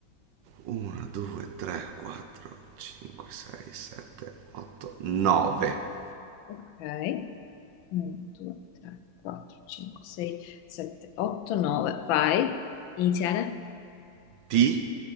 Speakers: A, on the right; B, on the left.
A: 1, 2, 3, 4, 5, 6, 7, 8, 9.
B: Ok. 1, 2, 3, 4, 5, 6, 7, 8, 9. Vai. Iniziare.
A: T